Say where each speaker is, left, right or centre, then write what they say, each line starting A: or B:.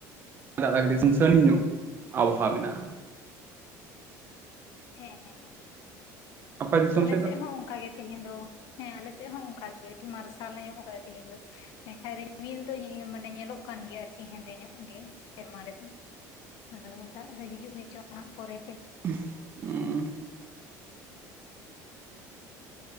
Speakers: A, on the right; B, on the left.
A: ᱫᱟᱫᱟᱴᱤᱡ ᱥᱟᱹᱱᱤ ᱧᱚᱜ ᱟᱵᱚᱦᱟᱣᱟ ᱢᱮᱱᱟᱜᱼᱟ
B: ᱦᱮᱸ ᱦᱮᱸ ᱦᱮᱸ
A: ᱟᱯᱮ ᱫᱤᱥᱚᱢ
B: ᱟᱞᱮᱥᱮᱫ
A: ᱥᱮᱫ ᱫᱚ
B: ᱦᱚᱸ ᱚᱱᱠᱟᱜ ᱜᱮ ᱛᱮᱦᱤᱧ ᱫᱚ ᱦᱮᱸ ᱟᱞᱮᱥᱮᱫ ᱦᱚᱸ ᱚᱱᱠᱟᱜᱮ ᱟᱹᱰᱤ ᱢᱟᱨᱥᱟᱞ ᱧᱚᱜ ᱟᱠᱟᱫᱟ ᱛᱮᱦᱮᱧ ᱫᱚ ᱮᱠᱷᱟᱡ ᱨᱤᱢᱤᱞ ᱫᱚ ᱧᱮᱞᱚᱜ ᱠᱟᱱ ᱜᱮᱭᱟ ᱟᱨᱠᱤ ᱦᱮᱸᱫᱮ ᱧᱚᱜ ᱜᱮ ᱥᱮᱨᱢᱟ ᱨᱮᱫᱚ ᱟᱫᱚ ᱫᱟᱜ ᱫᱚ ᱦᱤᱡᱩᱜ ᱜᱮᱪᱚᱝ ᱦᱟᱜ ᱯᱚᱨᱮ ᱛᱮ
A: <inaudible>